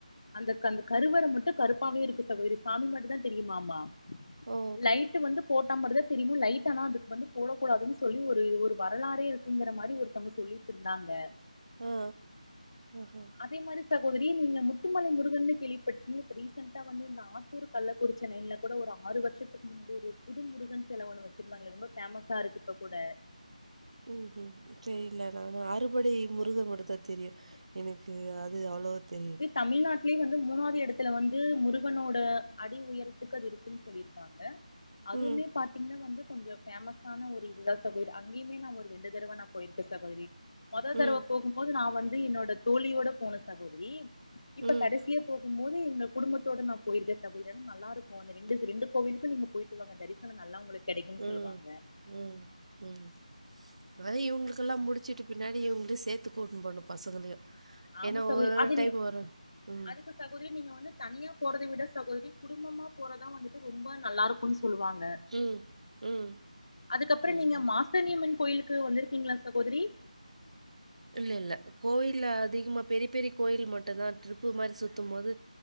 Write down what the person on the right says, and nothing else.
ஓ
ஆ ஆ ஹா
ம் ம் செரிய்ல நானு அறுபடை முருகன் மட்டுதா தெரியு எனக்கு அது அவ்ளோவா தெரியல
ம்
ம்
ம்
ம்
ம் ம் அதா இவ்ங்களூக்கெல்லா முடிச்சுட்டு பின்னாடி இவ்ங்களயு சேத்து கூட்ணு போயிட்ணு பசங்களையு
ஏனா
ஒரு ஒரு
டைப்
வரு ம்
ம் ம்
ம்ஹ்ம்.
இல்ல இல்ல கோயில்ல அதிகமா பெரிய பெரிய கோயில் மட்டுந்தா ட்ரிப்பு மாரி சுத்தும் போது